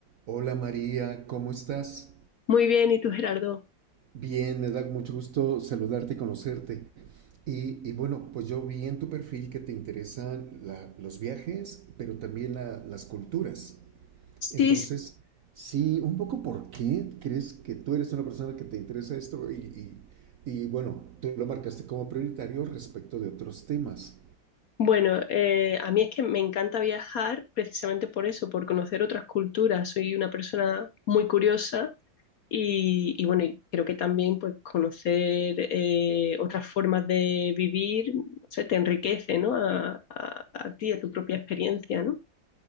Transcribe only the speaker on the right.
Hola María, ¿cómo estás?
Bien, me da mucho gusto saludarte y conocerte. Y, y bueno, pues yo vi en tu perfil que te interesan la- los viajes, pero también la- las culturas.
Entonces,
sí, un poco por qué crees que tú eres una persona que te interesa esto y, y- y bueno, tú lo marcaste como prioritario respecto de otros temas.